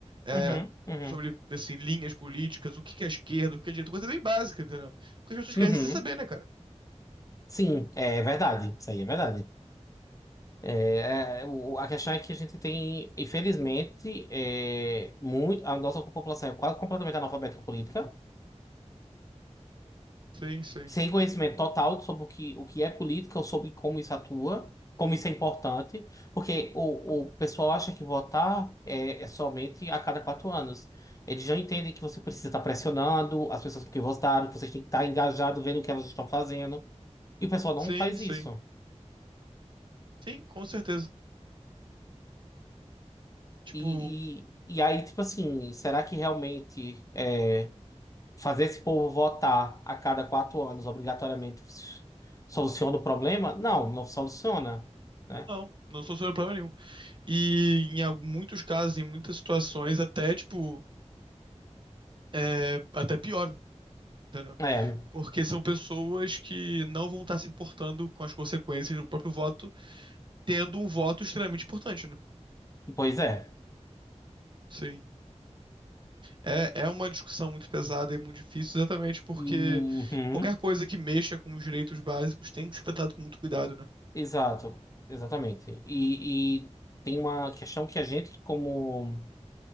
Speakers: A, on the right; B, on the left.
A: é,
B: Uhum, uhum,
A: sobre, assim, linhas políticas, o que que é esquerda, o que é direita, coisa bem básica, entendeu? Porque as pessoas
B: uhum.
A: querem se saber, né, cara?
B: Sim, é verdade. Isso aí é verdade. É, é, o- a questão é que a gente tem, infelizmente, é, muito, a nossa população é quase completamente analfabeta política.
A: Sim, sim.
B: sem conhecimento total sobre o que, o que é política ou sobre como isso atua, como isso é importante, porque o, o pessoal acha que votar é, é somente a cada quatro anos. Eles já entendem que você precisa estar pressionando as pessoas que votaram, que você tem que estar engajado vendo o que elas estão fazendo, e o pessoal não
A: Sim,
B: faz
A: sim.
B: isso.
A: Sim, com certeza. Tipo,
B: E, e, e aí, tipo assim, será que realmente é, fazer esse povo votar a cada quatro anos obrigatoriamente soluciona o problema? Não, não soluciona. né?
A: não, não soluciona problema nenhum. E em al- muitos casos, em muitas situações, até, tipo, é até pior, entendeu?
B: É,
A: Porque são pessoas que não vão estar se importando com as consequências do próprio voto, tendo um voto extremamente importante, né?
B: pois é.
A: Sim. É, é uma discussão muito pesada e muito difícil, exatamente porque
B: Uhum,
A: qualquer coisa que mexa com os direitos básicos tem que ser tratado com muito cuidado, né?
B: exato, exatamente. E, e tem uma questão que a gente, como